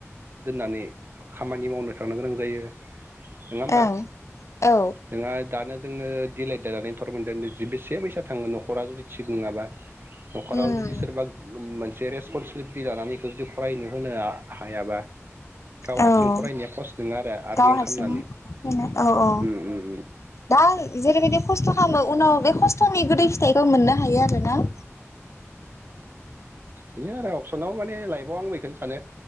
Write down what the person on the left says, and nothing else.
ओं औ।
उम
औ
गाव हारसिं
औ औ।
दा जेरैबायदि खस्थ' खालामो। उनाव बे खस्थ'नि गोदै फिथाइखौ मोननो हायो आरो ना।